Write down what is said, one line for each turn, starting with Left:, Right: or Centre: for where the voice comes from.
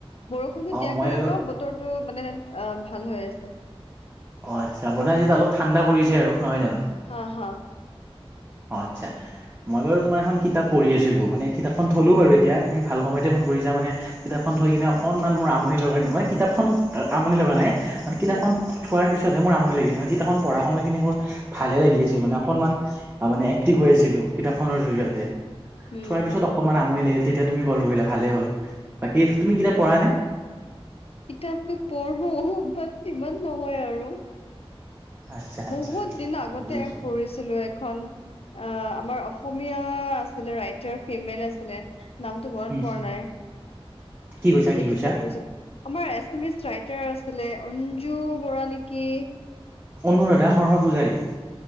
Left: বৰষুণটো দিয়াৰ
Right: অ মই
Left: কাৰণে অলপ
Right: অ
Left: বতৰ! টো মানে অ ভাল হৈ আছে।
Right: অঁ আচ্ছা মানে বতাহ দিছে অলপ ঠাণ্ডা পৰিছে আৰু নহয় জানো?
Left: হ হ
Right: অ আচ্ছা মই বাৰু তোমাৰ এখন কিতাপ পঢ়ি আছিলো মানে কিতাপখন থলো
Left: উম
Right: বাৰু এতিয়া। তুমি ভাল সময়তে ফোন কৰিছা মানে কিতাপখন থৈ কিনে! অকণমান মোৰ আমনি লগা মানে কিতাপখন আমনি লগা নাই মানে কিতাপখন!
Left: উম
Right: থোৱাৰ পিছতহে মোৰ আমনি লাগিছিল মানে কিতাপখন পঢ়া সময়খিনি মোৰ ভালে লাগি আছিল মানে অকণমান। মানে এক্টিভ হৈ আছিলো কিতাপখনৰ জৰিয়তে,
Left: উম উম
Right: থোৱাৰ পিছত ওক! অকণমান আমনি লাগিল তেতিয়া তুমি কল কৰিলা ভালেই হ'ল বাকী তুমি কিতাপ পঢ়া নে?
Left: কিতাপতো পঢ়ো বাত ইমান নহয় আৰু!
Right: আচ্ছা আচ্ছা
Left: বহুত দিন আগতে
Right: বুজিছোঁ
Left: পঢ়িছিলো। খন অ আমাৰ অসমীয়া আছিলে ৰাইটাৰ ফিমেল আছিলে। নামটো মনত
Right: উম,
Left: পৰা নাই
Right: কি কৈছা কি
Left: তেখেতৰ
Right: কৈছা
Left: পঢ়িছিলোঁ। আমাৰ এচমিচ ৰাইটাৰ আছিলে অঞ্জু বৰা নেকি?
Right: অনুৰাধা শৰ্মা পূজাৰী নি?